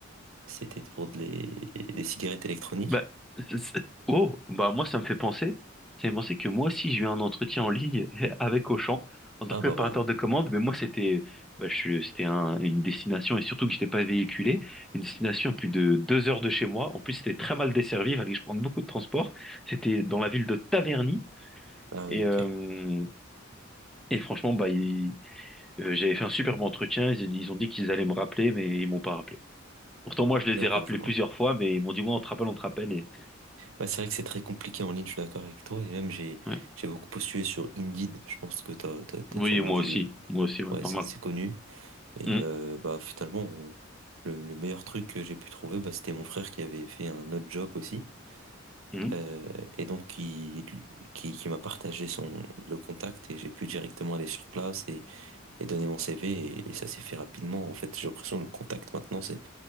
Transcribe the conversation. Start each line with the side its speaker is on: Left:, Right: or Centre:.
Right: c'était pour de les- des cigarettes électroniques.
Centre: Bah, c'est- c'est- oh, bah moi ça me fait penser, ça me fait penser que moi aussi j'ai eu un entretien en ligne <laughs> avec Auchan en tant
Right: Ah
Centre: que
Right: bah
Centre: préparateur
Right: voilà.
Centre: de commande, mais moi c'était, bah, je suis- c'était un- une destination et surtout que j'étais pas véhiculé, une destination à plus de deux heures de chez moi. En plus c'était très mal desservi, il fallait que je prenne beaucoup de transport. C'était dans la ville de Taverny
Right: Ah
Centre: et
Right: oui,
Centre: euh,
Right: ok.
Centre: et franchement bah ils- euh, j'avais fait un superbe entretien, ils, ils ont dit qu'ils allaient me rappeler, mais ils m'ont pas rappelé. Pourtant moi je les
Right: D'accord,
Centre: ai rappelés
Right: je vois.
Centre: plusieurs fois, mais ils m'ont dit ouais on te rappelle, on te rappelle et
Right: Ouais, c'est vrai que c'est très compliqué en ligne. Je suis d'accord avec toi. Et même j'ai,
Centre: <laughs>
Right: j'ai beaucoup postulé sur Indeed. Je pense que t'as, t'as, t'as
Centre: Oui,
Right: sûrement
Centre: moi
Right: dû.
Centre: aussi. Moi aussi, ouais,
Right: Ouais,
Centre: pas
Right: c'est
Centre: mal.
Right: c'est connu. Et
Centre: Mm,
Right: euh, bah finalement, on- le, le meilleur truc que j'ai pu trouver, bah, c'était mon frère qui avait fait un autre job aussi.
Centre: mm.
Right: Euh, et donc qui, qui, qui m'a partagé son, le contact et j'ai pu directement aller sur place et, et donner mon CV et, et ça s'est fait rapidement. En fait, j'ai l'impression que le contact maintenant, c'est,